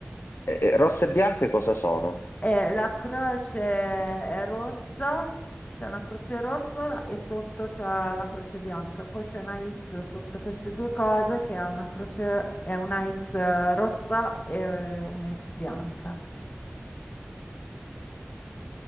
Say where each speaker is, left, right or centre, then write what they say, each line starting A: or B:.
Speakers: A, on the left (about 65°); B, on the left (about 35°).
A: E- e rosse e bianche cosa sono?
B: E la croce è rossa, c'è una croce rossa e sotto c'è la croce bianca. Poi c'è una X sotto queste due cose che ha una croce, è una X rossa e una X bianca.